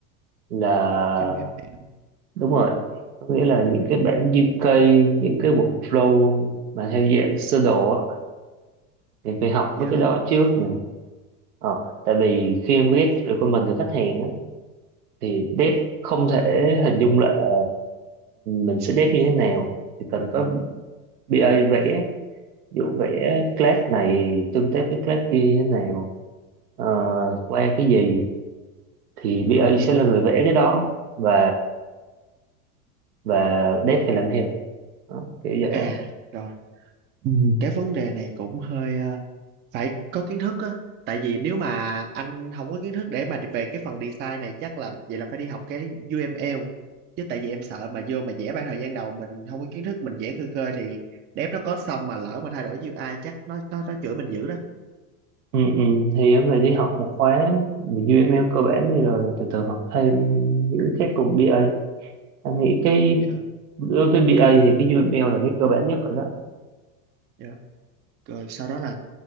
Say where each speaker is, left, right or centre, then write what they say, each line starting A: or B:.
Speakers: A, on the right; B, on the right.
A: là
B: UML
A: đúng rồi có nghĩa là những cái bản UK những cái workflow mà theo dạng sơ đồ á thì phải học
B: giờ
A: mấy cái đó trước nè Ờ, tại vì khi em ghép recommend từ khách hàng á thì date không thể hình dung là ờ, mình sẽ date như thế nào thì cần có BA vẽ ví dụ vẽ class này tương tác với class kia như thế nào ờ, qua cái gì thì BA sẽ là người vẽ cái đó và và dev phải làm theo đó, kiểu vậy
B: à
A: á.
B: rồi Ừ, cái vấn đề này cũng hơi ờ, phải có kiến thức á tại vì nếu mà anh không có kiến thức để mà về cái phần design này chắc là vậy là phải đi học cái UML chứ tại vì em sợ mà vô mà vẽ ban thời gian đầu mình không có kiến thức mình vẽ khơi khơi thì dev nó có xong mà lỡ mà thay đổi UI chắc nó nó nó chửi mình dữ đó
A: ừ, ừ. thì em phải đi học một khóa về UML cơ bản đi rồi từ từ học thêm những cái khác cùng BA anh nghĩ cái
B: dạ
A: đối với BA thì cái UML là cái cơ bản nhất rồi đó
B: dạ rồi sau đó là